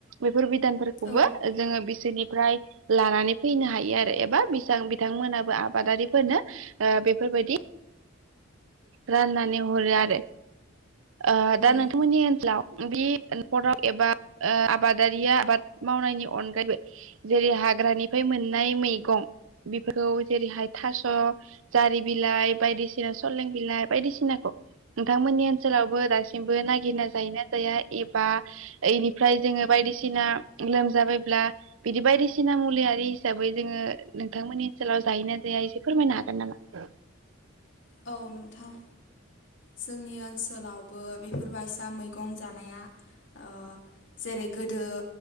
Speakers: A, on the right; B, on the left.
A: बेफोर बिधानफोरखौबो
B: औ
A: जोङो सोरनिफ्राय लानानै फैनो हायो आरो एबा बिथां बिथांमोनाबो आबादारिफोरनो ओ बेफोरबायदि राननानै हरो आरो ओ दा नोंथांमोननि
B: औ
A: ओनसोलाव बे नखराव एबा ओ आबादारिया आबाद मावनायनि अनगायैबो जेरैहाय ग्रानिफाय मोन नाय मैगं बिफोरखौ जेरैहाय थास जारि बिलाइ बायदिसिना सलें बिलाइ बायदिसिनाखौ नोंथांमोननि सोलावबो दासिमबो नागिरना जायोना जाया एबा इनिफ्राय जोङो बायदिसिना लोमजाबायब्ला बिदि बायदिसिना मुलियारि हिसाबै जोङो नोंथांमोननि ओनसोलाव जायो ना जाया एसे फोरमायनो हागोन नामा
B: औ थां जोंनि ओनसोलाव बो बेफोर बायसा मैगं जानाया ओ जेरै गोदो